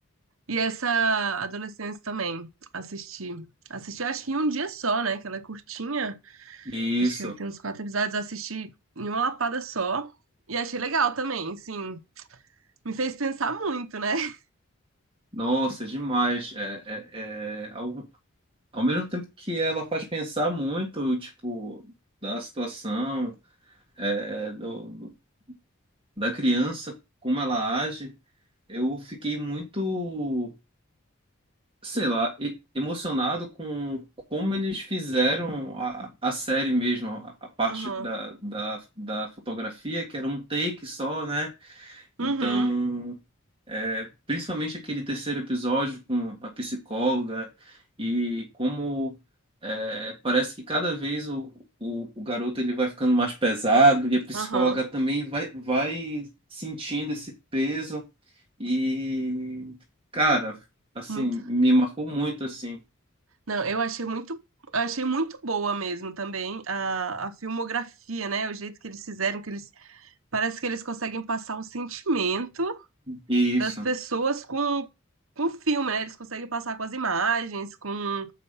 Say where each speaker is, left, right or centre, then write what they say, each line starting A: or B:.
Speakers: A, on the right (about 75°); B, on the right (about 25°).
A: e essa Adolescência também, assisti. Assisti, eu acho que em um dia só, né? Que ela é curtinha.
B: Isso.
A: Acho que ela tem uns quatro episódios. Assisti em uma lapada só. E achei legal também, sim. Me fez pensar muito, né? <laughs>
B: Nossa, é demais. É, é, é, ao, ao mesmo tempo que ela faz pensar muito, tipo, da situação, é, é, do, do- da criança, como ela age, eu fiquei muito, sei lá, e- emocionado com como eles fizeram a, a série mesmo, a, a parte
A: Aham.
B: da, da, da fotografia, que era um take só, né? Então,
A: Uhum.
B: é, principalmente aquele terceiro episódio com a psicóloga e como é, parece que cada vez o, o, o garoto ele vai ficando mais pesado e a psicóloga
A: Aham.
B: também vai, vai sentindo esse peso e, cara, assim,
A: Muito
B: me marcou muito, assim,
A: Não, eu achei muito, achei muito boa mesmo também a, a filmografia, né? O jeito que eles fizeram, que eles parece que eles conseguem passar o sentimento
B: isso.
A: das pessoas com, com o filme, né? Eles conseguem passar com as imagens, com,